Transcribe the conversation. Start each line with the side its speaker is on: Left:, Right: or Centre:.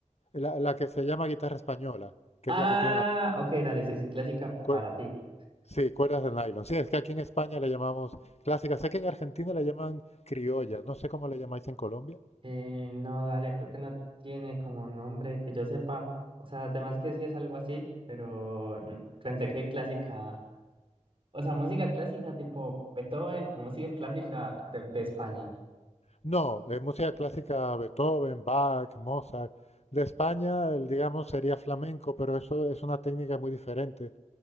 Left: y la, la que se llama guitarra española, que
Right: Ah,
Left: es la que tiene las
Right: ok, dale, sí, sí, clásica
Left: cuerdas.
Right: para ti.
Left: Sí, cuerdas de nylon. Sí, es que aquí en España le llamamos clásica. Sé que en Argentina le llaman criolla. No sé cómo le llamáis en Colombia.
Right: Eh, no, dale, creo que no tiene como nombre que yo sepa. O sea, además que sí es algo así, pero n- pensé que clásica, o sea, música clásica tipo Beethoven o música clásica de, de España.
Left: No, eh, música clásica Beethoven, Bach, Mozart. De España, el, digamos, sería flamenco, pero eso es una técnica muy diferente.